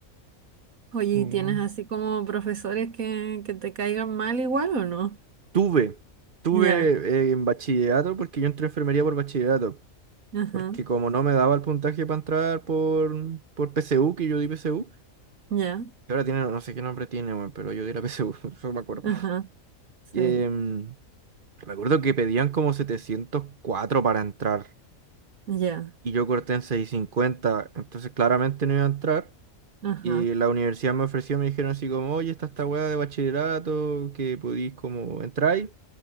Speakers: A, on the right; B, on the right.
A: Oye,
B: Mm.
A: ¿y ¿tienes así como profesores que, que te caigan mal igual o no?
B: Tuve, tuve
A: Ya,
B: eh, en bachillerato, porque yo entré a enfermería por bachillerato,
A: ajá,
B: porque como no me daba el puntaje para entrar por, por PSU, que yo di PSU,
A: ya,
B: que ahora tiene, no sé qué nombre tiene, weón, pero yo di la PSU, <laughs> eso me acuerdo.
A: ajá, sí,
B: Em, me acuerdo que pedían como 704 para entrar,
A: ya,
B: y yo corté en 650, entonces claramente no iba a entrar.
A: ajá,
B: Y la universidad me ofreció, me dijeron así como, oye, está esta weá de bachillerato, que podís como entrar